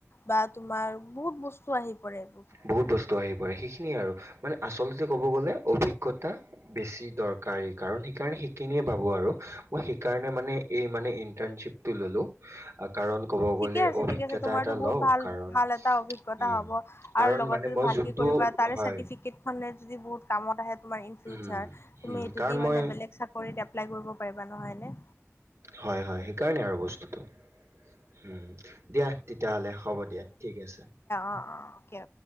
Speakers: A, on the left; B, on the right.
A: বা তোমাৰ বহুত বস্তু আহি পৰে এইবোৰৰ ক্ষেত্ৰত।
B: বহুত বস্তু আহি সেইখিনিয়ে আৰু মানে আচলতে ক'ব গ'লে অভিজ্ঞতা বেছি দৰকাৰী কাৰণ সেইকাৰণে সেই খিনিয়ে পাব আৰু অ'সেইকাৰণে মানে এই মানে ইনণ্টেটশ্বিপটো ললোঁ। কাৰণ ক'ব
A: ঠিকে
B: গ'লে
A: আছে
B: অভিজ্ঞতা
A: ঠিক আছে তোমাৰতো
B: এটা
A: বহুত
B: লওঁ
A: ভাল
B: কাৰণ
A: ভাল এটা অভিজ্ঞতা
B: উম
A: হ'ব
B: কাৰণ
A: আৰু লগতে
B: মানে মই
A: ভালকে
B: যোনটো
A: কৰিবা, তাৰে
B: হয়
A: চাৰ্টিফিকেট খনে যদি বহুত কামত আহে তোমাৰ ইন ফিউচাৰ
B: উম
A: তুমি
B: উম
A: এইটো
B: কাৰণ
A: দি মানে
B: মই
A: বেলেগ চাকৰিত এপ্লেলাই কৰিব পাৰিবা নহয় এনে
B: হয়, হয়। সেইকাৰণে আৰু বস্তুটো। উম, দিয়া তেতিয়া হ'লে হ'ব দিয়া ঠিক আছে।
A: অ' অ' অকে অকে